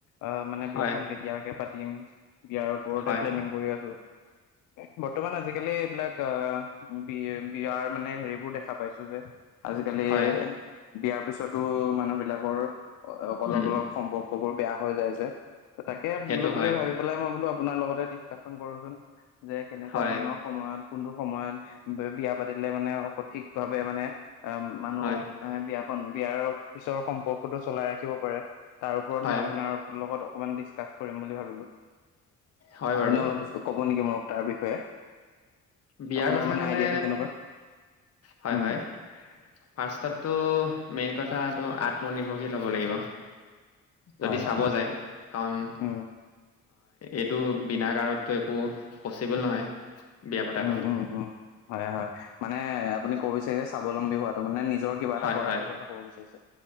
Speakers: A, on the left; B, on the left.
A: অ! মানে বিয়াখন
B: হয়
A: কেতিয়াকে পাতিম, বিয়াৰ ওপৰতে
B: হয়
A: প্লেনিং কৰি আছোঁ। বৰ্তমান আজিকালি এইবিলাক আহ বি এ বিয়াৰ মানে হেৰিবোৰ দেখা পাইছোঁ যে আজিকালি
B: হয়
A: বিয়াৰ পিছতো মানুহ বিলাকৰ অলপ-অলপ
B: উম,
A: সম্পৰ্কবোৰ বেয়া হৈ যায় যে। ত তাকে
B: সেইটো
A: বোলো বুলি
B: হয়
A: ভাবি পেলাই মই বোলো আপোনাৰ লগতে ডিচকাশচন কৰোচোন যে কেনেকুৱা
B: হয়
A: ধৰণৰ সময়ত কোনটো সময়ত বিয়া পাতিলে মানে ভাৱে অ মানুহ
B: হয়
A: এ বিয়াখন বিয়াৰ পিছৰ সম্পৰ্কটো চলাই ৰাখিব পাৰে তাৰ ওপৰত
B: হয়
A: মই আপোনাৰ লগত অকমান ডিচকাছ কৰিম বুলি ভাবো
B: হয় বাৰু
A: আপুনি অ ক'ব নেকি মোক তাৰ বিষয়ে
B: বিয়াৰ
A: আপোনাৰ
B: কথা
A: মানে
B: ক'লে
A: আইডিয়াটো কেনেকুৱা
B: হয়
A: উম,
B: হয় ফাৰ্ষ্টতো মেইন কথাটো আত্মনিৰ্ভৰশীল হ'ব লাগিব
A: হয়
B: যদি
A: হয়
B: চাব যায় কাৰণ
A: উম
B: এইটো বিনা কাৰণতটো একো পচিবল নহয় বিয়া পতাটো
A: উম উম উম হয় হয় মানে আপুনি ক'ব বিচাৰিছে স্বাৱলম্বী হোৱাটো মানে নিজৰ কিবা এটা
B: হয়
A: কৰাটোৰ
B: হয়
A: কথা ক'ব বিচাৰিছে